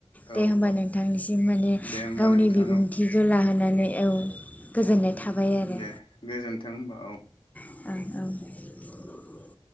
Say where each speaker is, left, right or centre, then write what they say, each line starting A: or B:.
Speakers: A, on the left (about 65°); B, on the left (about 15°).
A: औ
B: दे होमबा
A: औ
B: नोंथांनिसिम माने
A: दे होमबा
B: गावनि
A: नोंथां
B: बिबुंथि
A: औ
B: गो लाहोनाय औ गोजोननाय थाबाय आरो
A: दे गोजोन्थों होमबा औ
B: औ औ